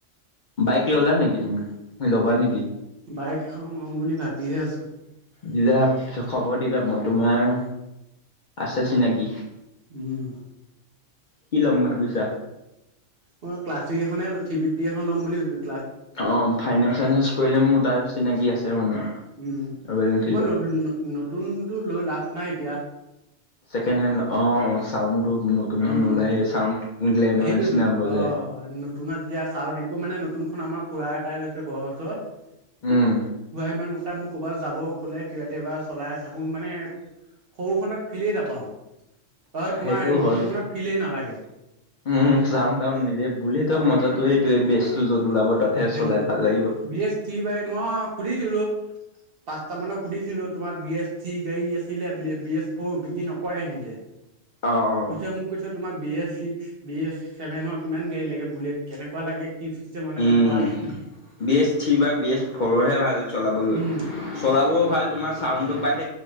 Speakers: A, on the left; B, on the right.
A: বাইক ললা নেকি তুমি ল'বা নেকি
B: বাইক এখন ল'ম বুলি ভাবিযহে আছো।
A: দিবা খবৰ দিবা মই তোমাৰ আছে চিনাকি
B: উম
A: কি ল'ম ভাবিছা
B: মই ক্লাছিক এখনে থি ফিফটি এখন ল'ম বুলি ভাবিছোঁ।
A: অ ফাইনেন্স চানেইন্স কৰিলে মোৰ তাৰ চিনাকি আছে মানে
B: উম তোমাৰ
A: ৰয়েল এনফিল্ডত।
B: নতুনটো লৈ লাভ নাই এতিয়া
A: ছেকেণ্ড হেণ্ড অ চাউণ্ড নতুন
B: উম
A: নোলায় গ্লেমাৰৰ
B: সেইটো
A: নিচিনা বজে।
B: অ নতুনত এতিয়া চাউণ্ড একো মানে নতুনখন আমাৰ খুৰা এটাই লৈছে ঘৰ ক <inaudible>
A: উম,
B: হয়াইমান <unintelligible> <unintelligible> এটা মোক ক'ৰবাত যাব গ'লে কেতিয়াবা চলাই থাকো মানে সৰুখনক ফিলেই নাপাওঁ। হয় তোমাৰ
A: সেইটো
B: নতুনখনত
A: হয়
B: ফিলেই নালাগে
A: উম চাওন তাওন নিদে বুলেতই
B: অ
A: মজাতো
B: অ
A: সেইটোয়ে বেছ চুজত ওলাব তাতহে
B: সেইটোতো
A: চলাই ভাল লাগিব।
B: বি এছ থ্ৰি বাইক মই সুধিছিলো পাঁচটা মানত সুধিছিলো তোমাৰ বি এছ থ্ৰী গাড়ী আছিলে বি এছ ফৰ বিক্ৰী নকৰে সিহঁতে
A: অ', অ',
B: কৈছে মোক কৈছে তোমাক B S six B S ছেভেনৰ কিমান গাড়ী লাগে বুলেট কেনেকুৱা লাগে সি ফিষ্টেমলগত <unintelligible>
A: উম
B: <unintelligible>
A: বি এছ থ্ৰী বা বি এছ ফ'ৰৰ হে ভাল চলাবলৈ
B: উম
A: চলাবও ভাল তোমাৰ চাউণ্ডটো পায়।